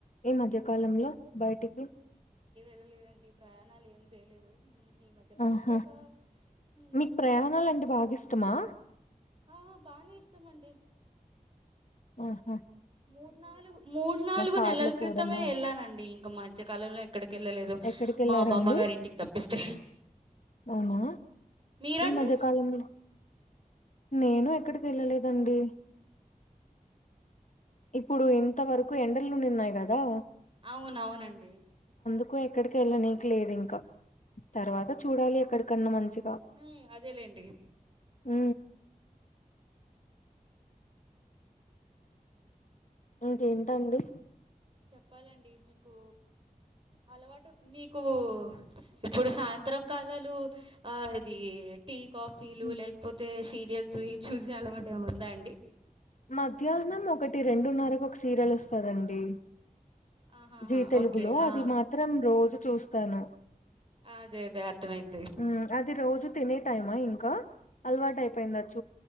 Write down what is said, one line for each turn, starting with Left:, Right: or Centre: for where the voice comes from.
Left: ఈ మధ్య కాలంలో బయటికి
Right: లేదండి ప్రయాణాలు ఏం చేయలేదు ఈ మధ్య కాలంలో
Left: ఆహా
Right: ఒక హ్మ్.
Left: మీకు ప్రయాణాలంటే బాగా ఇష్టమా
Right: ఆ బానే ఇష్టం అండి
Left: ఉహు
Right: మూడు నాలుగు మూడు నాలుగు
Left: కార్‌లో
Right: నెలల క్రితమే
Left: పోవడమా?
Right: వెళ్ళానండి ఇంకా మధ్యకాలంలో ఎక్కడికి వెళ్ళలేదు
Left: ఎక్కడికెళ్లారండి?
Right: మా అమ్మమ్మ గారి ఇంటికి తప్పిస్తే
Left: అవునా!
Right: మీరండి?
Left: ఈ మధ్య కాలంలో నేను ఎక్కడికి వెళ్ళలేదండి ఇప్పుడు ఇంత వరకు ఎండలు ఉండిన్నాయి కదా
Right: అవును అవునండి
Left: ఎ ఎక్కడికి వెళ్ళనికి లేదు ఇంకా తర్వాత చూడాలి ఎక్కడికన్నా మంచి
Right: ఉ అదే లేండి
Left: ఉ ఇంకేంటండి
Right: చెప్పాలండి మీకు అలవాటు మీకు ఇప్పుడు సాయంత్రం కాలాలు ఆ ఇది టీ కాఫీలు
Left: హ్మ్.
Right: లేకపోతే సీరియల్స్ ఇవి చూసే అలవాటు ఏమన్న ఉందా అండి
Left: మధ్యాహ్నం ఒకటి రెండున్నరకు ఒక సీరియల్ వస్తదండి
Right: ఆహాహా!
Left: జీ తెలుగులో
Right: ఓకే. ఆ!
Left: అది మాత్రం రోజు చూస్తాను
Right: అదే అదే అర్థమైంది
Left: మ్మ్ అది రోజు తినే టైమా ఇంకా అలవాటు అయిపోయిందచ్చు